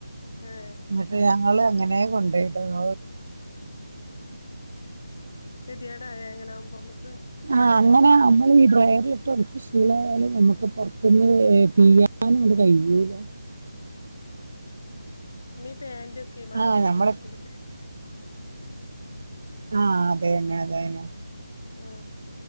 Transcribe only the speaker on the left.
ഏഹ്
കെതേടലെ അങ്ങനെ ആവുമ്പോ.
നീ പാൻറ് ഒക്കെ മക്കളെ
ജീൻസിന്റെ
ആഹ്